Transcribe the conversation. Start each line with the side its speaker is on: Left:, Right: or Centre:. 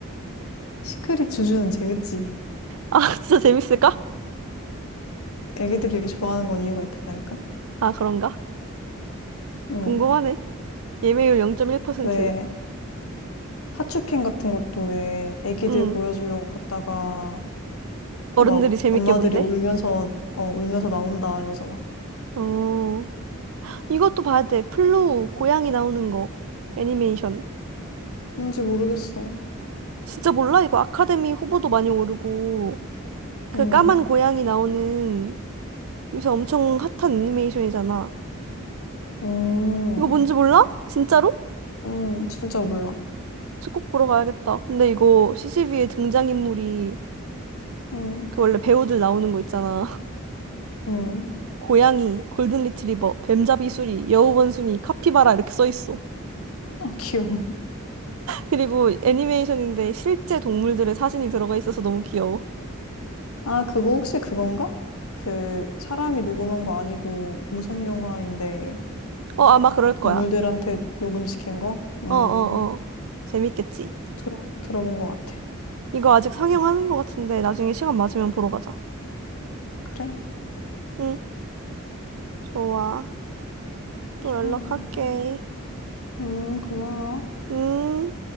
Left: 시크릿 주주는 재밌지.
Right: 아, <laughs> 진짜 재밌을까?
Left: 애기들이 좋아하는 건 이유가 있다니까?
Right: 아, 그런가?
Left: 음,
Right: 궁금하네. 예매율 0.1%.
Left: 왜, 하츄핑 같은 것도 왜 애기들
Right: 음.
Left: 보여주려고 갔다가
Right: 어른들이
Left: 막
Right: 재밌게
Left: 엄마들이
Right: 본대.
Left: 울면서, 어, 울면서 나온다 이러잖아.
Right: 어. 이것도 봐야 돼. 플로우 고양이 나오는 거. 애니메이션.
Left: 뭔지 모르겠어.
Right: 진짜 몰라? 이거 아카데미 후보도 많이 오르고 그
Left: 음.
Right: 까만 고양이 나오는 요새 엄청 핫한 애니메이션이잖아.
Left: 음,
Right: 이거 뭔지 몰라? 진짜로?
Left: 음, 진짜 몰라.
Right: 저꼭 보러 가야겠다. 근데 이거 CCV의 등장인물이
Left: 음,
Right: 그 원래 배우들 나오는 거 있잖아. <laughs>
Left: 음.
Right: 고양이, 골든 리트리버, 뱀잡이 수리, 여우 원숭이, 카피바라 이렇게 써 있어.
Left: 아, <laughs> 귀여워.
Right: 그리고 애니메이션인데 실제 동물들의 사진이 들어가 있어서 너무 귀여워.
Left: 아, 그거 혹시 그건가? 그, 사람이 녹음한 거 아니고, 무성 영화인데,
Right: 어, 아마 그럴
Left: 동물들한테
Right: 거야.
Left: 녹음시킨 거? 음,
Right: 어, 어, 어. 재밌겠지.
Left: 들어, 들어본 것 같아.
Right: 이거 아직 상영하는 거 같은데 나중에 시간 맞으면 보러 가자.
Left: 그래?
Right: 응, 좋아. 또
Left: 좋아.
Right: 연락할게.
Left: 음, 고마워.
Right: 음.